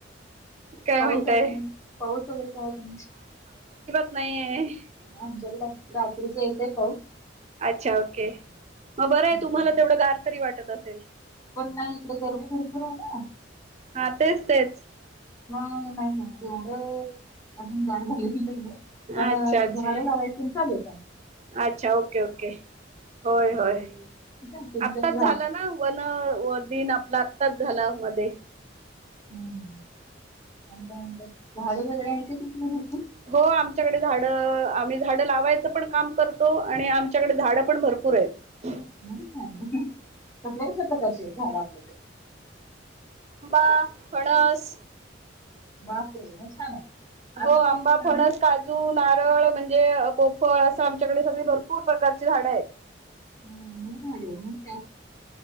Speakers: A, on the right; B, on the left.
A: काय
B: पाऊस
A: म्हणताय
B: आहे ना पाऊस वगैरे काय आहे का ना
A: नाहीय
B: आमच्या रात्रीच येतय पाऊ
A: अच्छा ओके मग बरं आहे
B: शकत
A: तुम्हाला तेवढं गारकरी वाटत असेल
B: पण नाही इकडे गरमी भरपूर आहे ना
A: हा तेच तेच
B: नाहीज एवढं अजून जाळ झालं बिल तर पण
A: अच्छा अच्छा
B: झाडं लावायची चालेल
A: अच्छा ओके ओके होय
B: आमच्याकडे
A: होय
B: तुम्ही
A: आत्ताच
B: कसं
A: झालं ना वन दिन आपला आत्ताच झाला मध्ये
B: हम्म आणि त्या नंतर झाडे वगैरे येत तुम घर
A: हो आमच्याकडे झाड आम्ही झाडं लावायचं पण काम करतो आणि आमच्याकडे झाडं पण भरपूर भरपूर ये
B: कसल्या कशा प्रकारचे आहेत झाड आपल्याचे
A: आंबा फडस
B: मग छान आम्ही
A: हो
B: नाही
A: आंबा फणस
B: आम्ही
A: काजू नारळ म्हणजे म्हणजे पोपळ असं आमच्याकडे सगळी भरपूर प्रकारची झाडं आहेत
B: ह